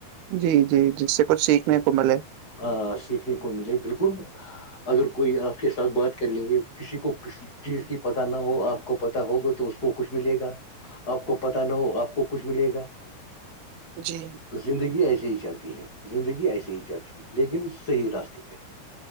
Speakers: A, on the right (about 80°); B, on the left (about 40°).
A: جی جی جس سے کچھ سیکھنے کو ملے
B: ہاں سیکھنے کو ملے بالکل اگر کوئی آپ کے ساتھ بات کر لیں گے کسی کو کسی چیز کی پت نہ ہو آپ کو پتا ہوگا تو اس کو کچھ ملے گا آپ کو پت نہ ہو آپ کو کچھ ملے گا
A: جی
B: زندگی ایسے ہی چلتی ہے زندگی ایسے ہی چلتی ہے لیکن صحیح راستے پہ